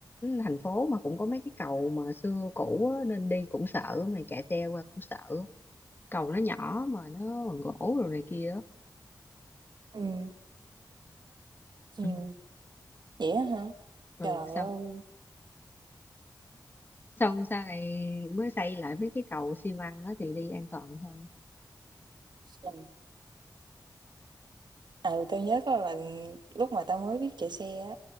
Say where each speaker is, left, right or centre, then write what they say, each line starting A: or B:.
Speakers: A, on the left; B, on the right.
A: thành phố mà cũng có mấy cái cầu mà xưa cũ á, nên đi cũng sợ mà chạy xe qua cũng sợ cầu nó nhỏ mà nó bằng gỗ rồi này kia á.
B: ừ ừm,
A: ừ
B: vậy á hả?
A: Ừ,
B: Trời
A: xong
B: ơi!
A: xong sau này mới xây lại mấy cái cầu xi măng á thì đi an toàn hơn
B: Ừm, ừ, À, tao nhớ có lần lúc mà tao mới biết chạy xe á,